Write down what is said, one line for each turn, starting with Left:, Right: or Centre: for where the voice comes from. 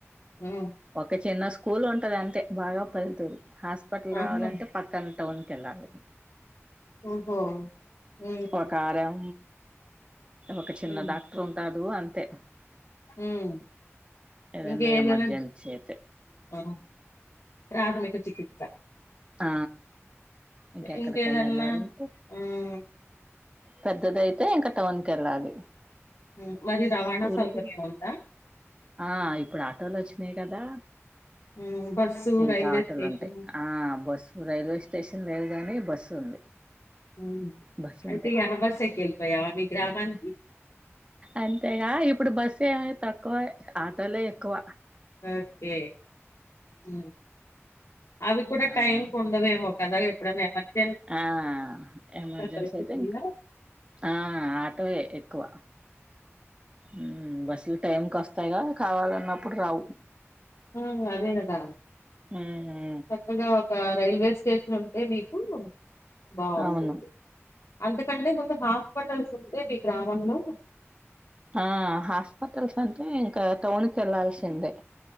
Left: హ్మ్.
Right: ఒక చిన్న స్కూల్ ఉంటది అంతే బాగా పల్తూరు హాస్పటల్
Left: ఆహా!
Right: రావాలంటే పక్కన టౌన్ తెల్లాలు
Left: ఓహో హ్మ్.
Right: ఒకారం ఒక చిన్న
Left: హ్మ్.
Right: డాక్టర్ ఉంటారు వు అంతే
Left: హ్మ్.
Right: ఏదన్న
Left: ఇంకేదైనా
Right: ఎమర్జెన్సీ అయితే
Left: ఆ! ప్రాథమిక చికిచ్చా
Right: ఆ ఇంకెక్కడికైనా
Left: ఇంకేదన్నా
Right: వెళ్ళాలంటే
Left: హ్మ్.
Right: పెద్దదైయితే ఇంకా టౌన్ కెళ్ళాలి
Left: హ్మ్. మరి రవాణా
Right: స్కూల్
Left: సౌకర్యం
Right: కూడా
Left: ఉందా?
Right: ఆ ఇప్పుడు ఆటోలు వచ్ చ్నేయ్ గదా
Left: హ్మ్. బస్సు,
Right: ఇంకా
Left: రైల్వే
Right: ఆటోలు
Left: స్టేషను.
Right: ఉంటయ్ ఆ బస్ రైల్వే స్టేషన్ లేదు గాని బస్సు ఉంది
Left: హ్మ్
Right: బస్సు
Left: అయితే
Right: ఉంటాయి
Left: ఇగ బస్సెక్కి ఏళ్పోయావా మీ గ్రామానికి?
Right: అంతేగా ఇప్పుడు బస్ తేమేయ్ తక్కువే ఆటోలే ఎక్కువ
Left: ఓకే హ్మ్ అవి కూడా
Right: అవును
Left: టైం కు ఉండవేమో కద ఎక్కడన్నా ఏంగాన్
Right: ఆ ఎమర్జెన్సీ
Left: పరిస్థితుల్లో
Right: అయితే ఇంకా ఆ ఆటో యే ఎక్కువ మ్మ్ బస్ అసలు టైంకి వస్తాయిగా కావాలన్నప్పుడు రావు
Left: మ్ అదేగదా
Right: ఉహు
Left: చక్కగా గా రైల్వే స్టేషన్ ఉంటే మీకు బాగుంటుంది
Right: అవును
Left: అంతకంటే ముందు హాస్పిటల్స్ ఉంటే ఈ గ్రామంలో
Right: ఆ హాస్పటల్స్ అంటే ఇంకా టౌన్ కెళ్లాల్సిందే